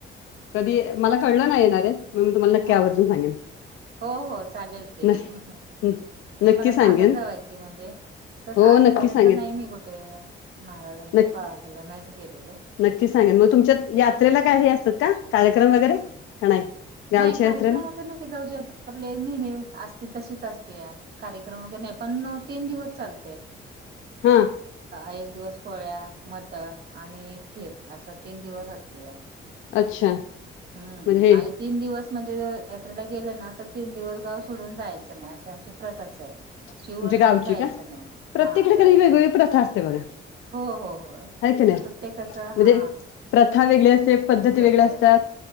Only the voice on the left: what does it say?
कधी मला कळलं नाही येणारे मग मी तुम्हाला नक्की
आवर्जून सांगेन.
नाही
ह नक्की
सांगेन
हो
नक्की सांगेन
नक्की
नक्की सांगेन मग तुमच्या यात्रेला काय हे असतात का कार्यक्रम वगैरे का नाही. गावच्या
यात्रेला
हा
अच्छा
म्हणजे हे
तुमच्या गावची
का?
प्रत्येकाकडे
कणी वेगवेगळी प्रथा असते बघा
हाय की नाही
म्हणजे प्रथा वेगळी असते पद्धती
वेगळे असतात